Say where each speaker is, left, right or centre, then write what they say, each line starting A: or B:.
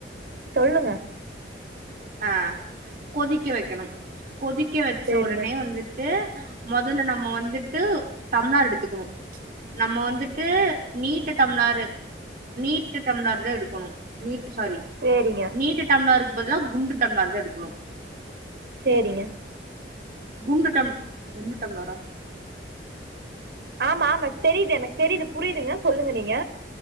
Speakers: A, on the right; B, on the right.
A: சொல்லுங்க
B: ஆ கொதிக்க வெக்கணும் கொதிக்க வச்ச
A: சேரிங்க
B: உடனே வந்துட்டு மொதல்ல நம்ம வந்துட் டு டம்ளார் எடுத்துக்கணும் நம்ம வந்துட்டு நீட்டு டம்ளாரு நீட்டு டம்ளாரு தா எடுக்கணும் நீட் சாரி
A: சேரிங்க
B: நீட்டு டம்ளார்க்கு பதிலா குண்டு டம்ளார்தா எடுக்கணும்
A: சேரிங்க
B: குண்டு டம் குண்டு டம்ளாரா
A: ஆமா ஆமா தெரியுது எனக்கு தெரியுது புரியுதுங்க சொல்லுங்க நீங்க